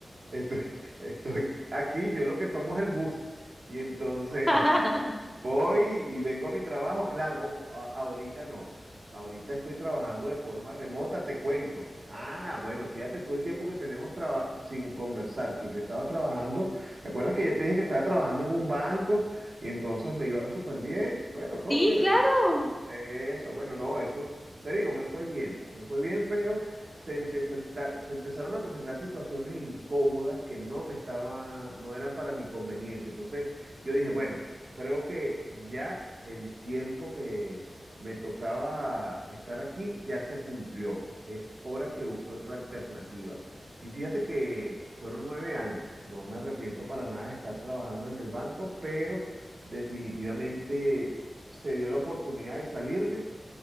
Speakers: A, on the right; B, in the centre.
A: estoy, <laughs> estoy aquí, yo lo que tomo es el bus. Y entonces,
B: <laughs>
A: Voy y vengo a mi trabajo, claro, ojo, a- ahorita no. Ahorita estoy trabajando de forma remota, te cuento. Ah, bueno, fíjate tú el tiempo que tenemos traba- sin conversar, que yo estaba trabajando. ¿Te acuerdas que yo te dije que estaba trabajando en un banco y entonces me iba súper bien? Bueno, todo
B: Sí,
A: chévere.
B: claro.
A: Eh, Eso, bueno, no, eso te digo, me fue bien, me fue bien, pero se empezenta- se empezaron a presentar situaciones incómodas que no me estaba, no eran para mi conveniencia. Entonces, yo dije, bueno, creo que ya el tiempo que me tocaba estar aquí ya se cumplió. Es hora que busque otra alternativa. Y fíjate que fueron nueve años. No me arrepiento para nada de estar trabajando en el banco, pero definitivamente se dio la oportunidad de salirme